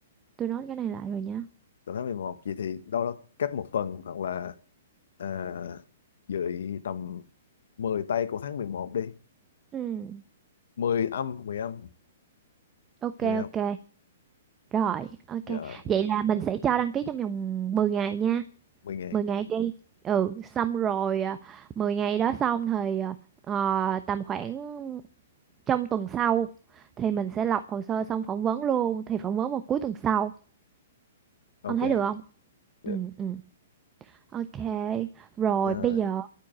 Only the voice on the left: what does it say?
đầu tháng 11 vậy thì đâu đó cách một tuần hoặc là à, dự tầm 10 tây của tháng 11 đi
10 âm 10 âm
10 âm
dạ rồi
10 ngày
ok
Đ-
dạ rồi.